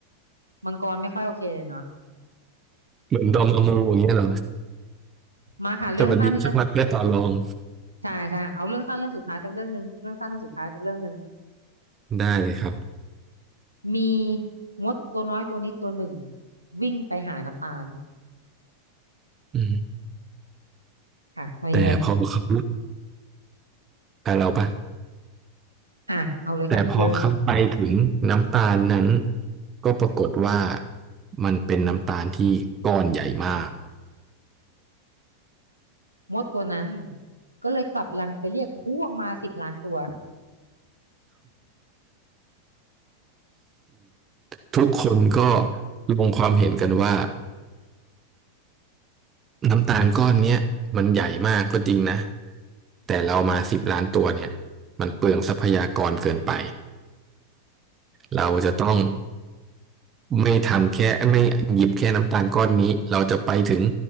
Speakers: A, on the right (about 80°); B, on the right (about 25°).
A: มังกรไม่ค่อยโอเคเลยเนาะ
B: เหมือนดอมอมูอย่างเงี้ยเหรอ
A: มาค่ะเรื่องสั้นเรื่อง
B: สวัสดีชักมาเพื่อต่อรอง
A: ใช่ใช่เอาเรื่องสั้นเรื่องสุดท้ายสักเรื่องหนึ่งเรื่องสั้นเรื่องสุดท้ายสักเรื่องหนึ่ง
B: ได้เลยครับ
A: มีมดตัวน้อยตัวนี้ตัวหนึ่งวิ่งไปหาน้ำตาล
B: อืม
A: ค่ะตอนนี้เลย
B: แต่พอเขาแต่เราปะ
A: อ่ะเอาเลยค่ะเริ่ม
B: แต่พอเขาไปถึงน้ำตาลนั้นก็ปรากฏว่ามันเป็นน้ำตาลที่ก้อนใหญ่มาก
A: มดตัวนั้นก็เลยกลับรังไปเรียกพวกมาสิบล้านตัว
B: <laughs> ทุกคนก็ลงความเห็นกันว่า น้ำตาลก้อนเนี้ยมันใหญ่มากก็จริงนะแต่เรามาสิบล้านตัวเนี่ยมันเปลืองทรัพยากรเกินไปเราจะต้องไม่ทำแค่ไม่หยิบแค่น้ำตาลก้อนนี้เราจะไปถึง